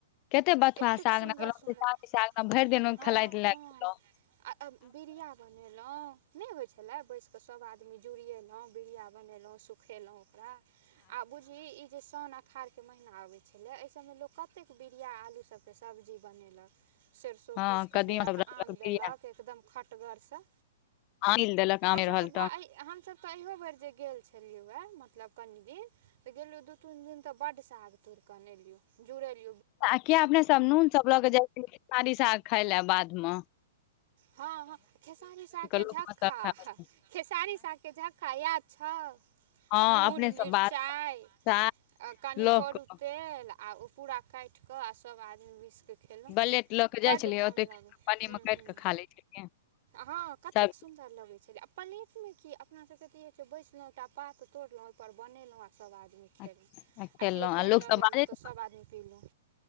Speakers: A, on the left (about 35°); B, on the right (about 50°).
A: केते बथुआ
B: एतेक
A: साग,
B: सुन्दर
A: भरि
B: सुन्दर
A: दिना
B: हँ
A: <unintelligible> खेलाइत धुपाइत रहलौं।
B: हँ आ अ बिरिया बनेलहुँं, नहि होइ छले। नै बैस के सब आदमी जुड़ियेलौं, बिड़िया बनेलौं सुखेलौं। रा आ बुझही ई जे सौन अखाढ़के महिना अबै छलै, एहि सभमें लोक कत्तेक बिर। रिया आलू सबके सब्जी बनेलक, सेरसों
A: हँ
B: पीस कऽ
A: कदीमा
B: देलक
A: सब रखलक
B: आम
A: बिया
B: देलक एकदम। खटगरसँ।
A: आनिल देलक आमे
B: हमसभ
A: रहल
B: तऽ बौआ अहि हमसभ तऽ अहियो बेर जे गेल छलियौए। मतलब कनि दिन तऽ गेल रहियौ, दू-तीन दिन तऽ बड्ड साग तोइड़ कऽ अनने रहियो जुरेलि।
A: आ किया अपनेसब नून सब लऽ कऽ जाइत रहियै, खेसारी साग खाय लए बाध में।
B: हँ, हँ खेसारी सागके झक्खा,
A: लोक मे सब खाय
B: खेसारी सागके झक्खा याद छ। हाँ
A: हँ
B: नून
A: अपने सब
B: मिरचाई
A: बात साग
B: आ कनि
A: लऽ
B: करू
A: कऽ
B: तेल। आ ओ पूरा काटि कऽ आ सब आदमी बैसि कऽ खेलहुँ,
A: बलेट लऽ के जाइ
B: बड्ड
A: छलियै
B: मोन
A: ओते
B: लागलै।
A: पानी
B: ह्म
A: मे काटि
B: ह्म
A: कऽ खा लै छलियै
B: हँ, आ कत्तेक
A: सब
B: सुन्दर लगै छलै आ। प्लेट में की, अपना सबके तऽ ई होइ छै बैसलहुँ एकटा पात तोड़लहुँ ओहिपर बनेलहुँ आ। सभ आदमी खेलहुँ,
A: आ खेलहुँ
B: आ केओ पानि
A: लोक सब
B: लऽ गेलहुँ
A: बाजैत
B: तऽ सभ आदमी पीलहुँ।